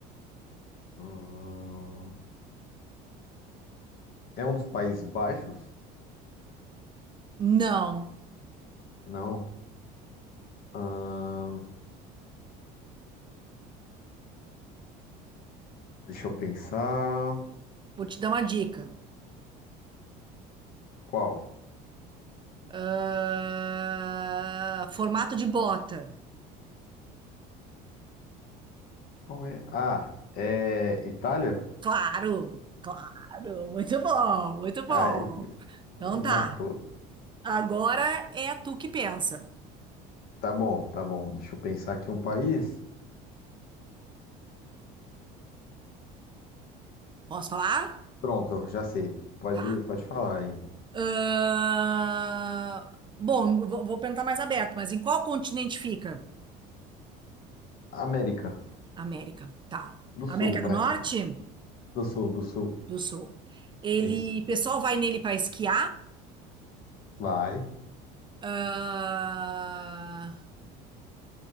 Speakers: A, on the left; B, on the right.
A: Hum, é um dos Países Baixos?
B: não.
A: Não. Ah, deixa eu pensar.
B: Vou te dar uma dica.
A: Qual?
B: Ah, formato de bota.
A: Qual é? Ah, é Itália?
B: Claro, claro. Muito bom, muito bom.
A: Ah, e-
B: Então
A: e <laughs> matou.
B: tá. Agora é tu que pensa.
A: Tá bom, tá bom. Deixa eu pensar aqui um país.
B: Posso falar?
A: Pronto, já sei. Pode,
B: Tá.
A: pode falar aí.
B: Ah, bom, vou, vou perguntar mais aberto, mas em qual continente fica?
A: América
B: América. Tá.
A: do Sul,
B: América
A: vai.
B: do Norte?
A: Do Sul, do Sul.
B: Do Sul. Ele,
A: Isso.
B: pessoal vai nele para esquiar.
A: Vai.
B: Ah,